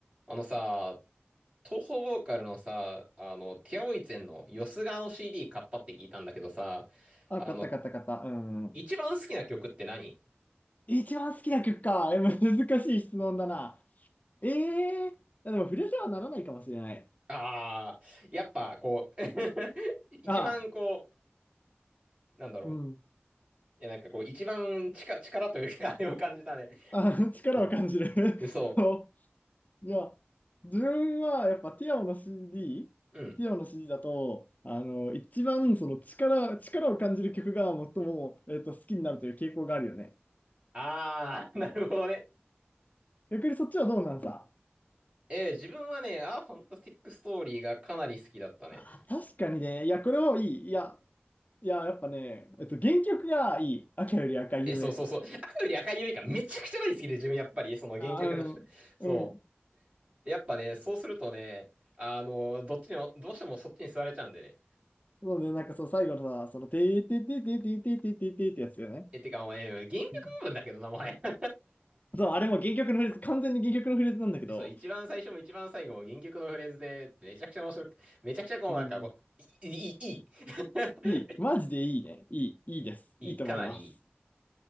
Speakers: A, on the right (about 30°); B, on the left (about 40°).
A: あのさ、東方ボーカルのさ、あの、ティアオイツェンのよすがの CD 買ったって聞いたんだけどさ、
B: あ、
A: あの、
B: 買った買った買った。うん
A: 一番好きな曲って何
B: 一番好きな曲か。<laughs> え、難しい質問だな。ええー、でも触れてはならないかもしれない。
A: ああー、やっぱこう <laughs> 一番こ
B: ああ、
A: う、なんだろう。
B: うん。
A: いや、なんかこう、一番力、力というか、あれを感じたね。
B: あ、<laughs> 力を感じる。
A: そう。
B: <laughs>
A: でそ
B: そう。いや、自分はやっぱティアオの CD、
A: う。うん。
B: ティアオの CD だと、あの、一番その力、力を感じる曲が最も、えっと、好きになるという傾向があるよね。
A: ああ、なるほどね。
B: 逆にそっちはどうなんさ。
A: えー自分はね、あー、ファンタスティックストーリーがかなり好きだったね。
B: あー、確かにね。いや、これもいい。いや、いや、やっぱね、えっと、原曲がいい。赤より赤い夢。
A: え、そうそうそう。赤より赤い夢がめちゃくちゃ大好きで、自分やっぱり、その原曲の人。
B: あ、うん、
A: そ
B: うん。
A: う。やっぱね、そうするとね、あの、どっちにも、どうしてもそっちに座れちゃうんでね。
B: そうね、なんかそう、最後のさ、その、てーてーてーてーてーてーてーてーてーってやつだよね。
A: え、てか、もう、え、原曲部分だけどな、
B: うん
A: もはや。<laughs>
B: そう、あれも原曲のフレーズ、完全に原曲のフレーズなんだけど、
A: そう、一番最初も一番最後も原曲のフレーズで、めちゃくちゃ面白く、めちゃくちゃこう、
B: うん、
A: なんかこう、いい、いい、いい、<laughs>
B: いい。マジでいいね。いい、いいです。
A: いい、
B: いいと思います。
A: かなりいい。